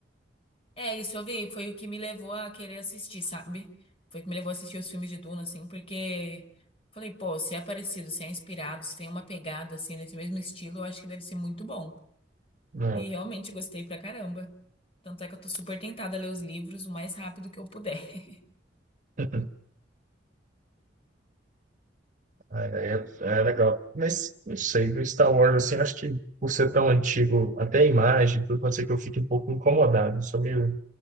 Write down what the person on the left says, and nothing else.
É, isso eu vi, foi o que me levou a querer assistir, sabe? Foi o que me levou a assistir os filmes de Duna, assim, porque falei, pô, se é parecido, se é inspirado, se tem uma pegada, assim, nesse mesmo estilo, eu acho que deve ser muito bom.
E realmente gostei pra caramba. Tanto é que eu tô super tentada a ler os livros o mais rápido que eu puder. <laughs>